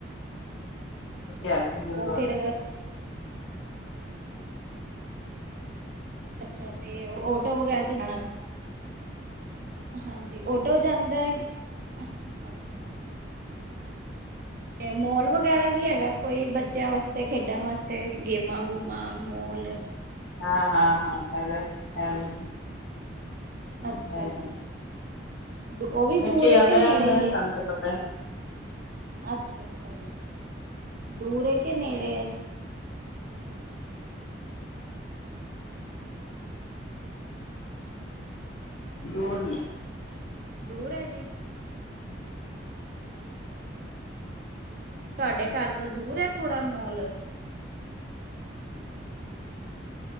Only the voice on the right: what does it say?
ਉਹ ਫਿਰ ਅੱਛਾ ਤੇ, ਆਟੋ ਵਗੈਰਾ'ਚ ਜਾਣਾ ਹਾਂਜੀ, ਓਟੋ ਜਾਂਦਾ ਏ, ਅੱਛਾ। ਤੇ ਮੌਲ ਵਗੈਰਾ ਵੀ ਹੈਗਾ ਕੋਈ, ਬੱਚਿਆਂ ਵਾਸਤੇ? ਖੇਡਣ ਵਾਸਤੇ, ਗੇਮਾਂ-ਗੂਮਾ, ਮੌਲ
ਅੱਛਾ
ਜੀ, ਉਹ ਵੀ
ਦੂਰ
ਏ, ਕਿ ਨੇੜੇ
ਹੀ?
ਅੱਛਾ ਅੱਛਾ ਜੀ ਦੂਰ, ਹੈ ਕਿ ਨੇੜੇ
ਹੈਲੋ,
ਦੂਰ ਹੈ ਹੈਗਾ? ਤੁਹਾਡੇ, ਘਰ ਤੋਂ ਦੂਰ ਥੋੜਾ ਮੋਲ